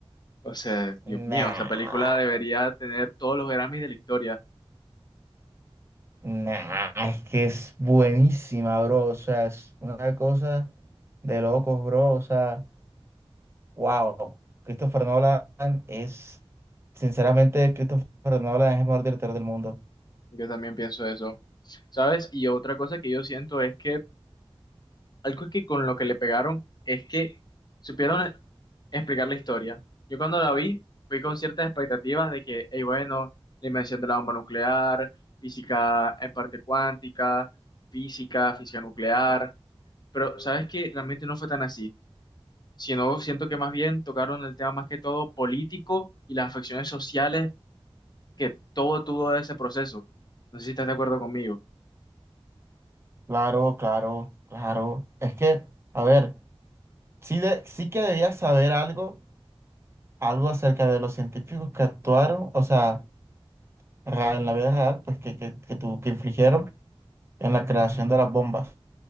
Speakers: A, on the left; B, on the right.
A: O sea, Dios
B: Nah.
A: mío, esa película debería tener todos los Grammys de la historia.
B: Nah, es que es buenísima, bro. O sea, es una cosa de locos, bro. O sea, wow. Christopher Nolan es, sinceramente, Christopher Nolan es el mejor director del mundo.
A: Yo también pienso eso, ¿sabes? Y otra cosa que yo siento es que algo que con lo que le pegaron es que supieron explicar la historia. Yo cuando la vi fui con ciertas expectativas de que, hey, bueno, la invención de la bomba nuclear, física en parte cuántica, física, física nuclear, pero ¿sabes que Realmente no fue tan así, sino siento que más bien tocaron el tema más que todo político y las afecciones sociales que todo tuvo ese proceso. No sé si estás de acuerdo conmigo.
B: Claro, claro, claro. Es que, a ver, sí, de- sí que debías saber algo, algo acerca de los científicos que actuaron, o sea, rea- en la vida real, pues que, que, que, tu- que infligieron en la creación de las bombas.